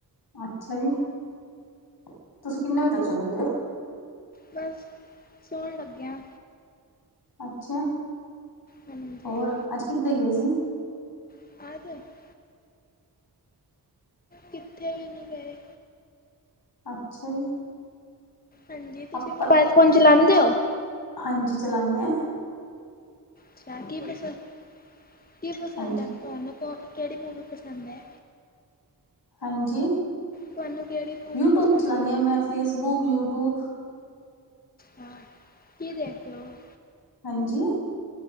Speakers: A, on the left; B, on the left.
A: ਅੱਛਾ ਜੀ, ਤੁਸੀਂ ਕਿੰਨੇ ਵਜੇ ਤੱਕ ਸੋ ਜਾਂਦੇ ਹੋ?
B: ਬੱਸ ਸੋਣ ਲੱਗੇ ਆ।
A: ਅੱਛਾ।
B: ਹਾਂਜੀ
A: ਹੋਰ ਅੱਜ ਕਿੱਦਾਂ ਗਏ ਸੀਂ।
B: <inaudible> ਕਿੱਥੇ ਵੀ ਨਹੀਂ ਗਏ।
A: ਅੱਛਾ ਜੀ।
B: ਹਾਂਜੀ, ਤੁਸੀਂ
A: ਆਪਾਂ
B: ਮੋਬਾਇਲ ਫੋਨ ਚਲਾਉਂਦੇ ਹੋ?
A: ਹਾਂਜੀ, ਚਲਾਣੇ,
B: ਅ ਕੀ ਪਸੰ, ਕੀ ਪਸੰਦ
A: ਹਾਂਜੀ
B: ਹੈ, ਤੁਹਾਨੂੰ ਕਿਹੜੀ ਮੂਵੀ ਪਸੰਦ ਹੈ?
A: ਹਾਂਜੀ,
B: ਤੁਹਾਨੂੰ ਕਿਹੜੀ ਮੂਵੀ
A: ਯੂਟਿਊਬ
B: ਪਸੰਦ
A: ਚਲਾਣੀ
B: ਹੈ
A: ਹਾਂ ਮੈਂ ਫੇਸਬੁੱਕ, ਯੂਟਿਊਬ,
B: ਹਾਂ ਕੀ ਦੇਖ ਦੇ ਹੋ।
A: ਹਾਂਜੀ।